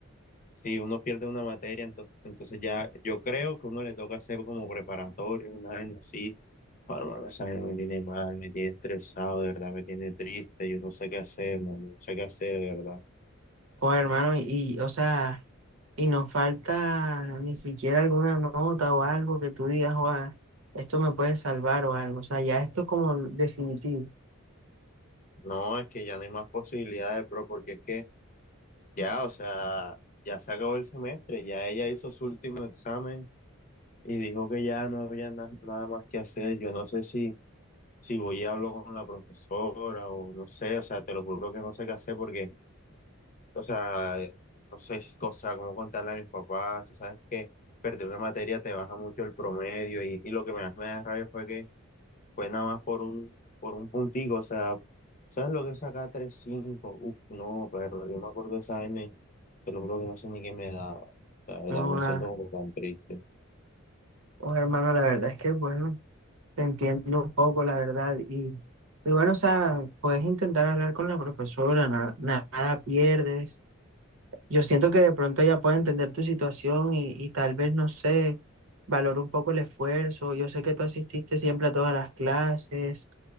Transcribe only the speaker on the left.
si uno pierde una materia, entonces, entonces ya yo creo que uno le toca hacer como preparatorio, una vaina así. Oh, hermano, esa vaina me tiene mal, me tiene estresado, de verdad, me tiene triste, yo no sé qué hacer, man, no sé qué hacer, de verdad.
No, es que ya no hay más posibilidades, bro, porque es que ya, o sea, ya se acabó el semestre, ya ella hizo su último examen y dijo que ya no había na- nada más que hacer. Yo no sé si, si voy y hablo con la profesora o no sé, o sea, te lo juro que no sé qué hacer porque o sea, eh, no sé, es cosa como contarle a mis papás, tú sabes que perder una materia te baja mucho el promedio y, y lo que más me da rabia fue que fue nada más por un, por un puntico, o sea, ¿sabes lo que es sacar tres cinco Uf, no, pero yo me acuerdo de esa vaina y te lo juro que no sé ni qué me daba, la verdad,
me
siento como tan triste.